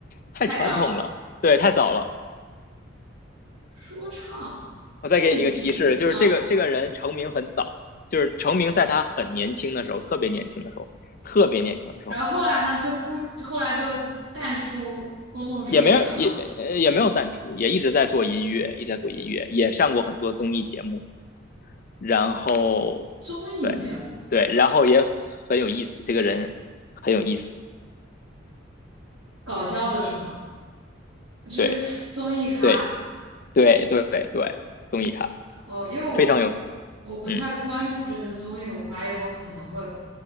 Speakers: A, on the left; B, on the right.
A: 太传统了，
B: 太早了，
A: 对，太早了。
B: 说唱，
A: 我再给你一个提示，
B: 内地，
A: 就是这个这个人成名很早，
B: 啊，
A: 就是成名在他很年轻的时候，特别年轻的时候，特别年轻的时候，
B: 然后后来呢，就不，后来就淡出公众视野了嘛。
A: 也没有也呃也没有淡出，也一直在做音乐，一直在做音乐，也上过很多综艺节目，然后
B: 综艺节目，
A: 对对，然后也很有意思，这个人很有意思，
B: 搞笑的是吗？就是综艺咖
A: 对对对对对对，综艺咖
B: 哦，因为我
A: 非常有，
B: 我不太关注这些综艺，
A: 嗯
B: 我怀疑我可能会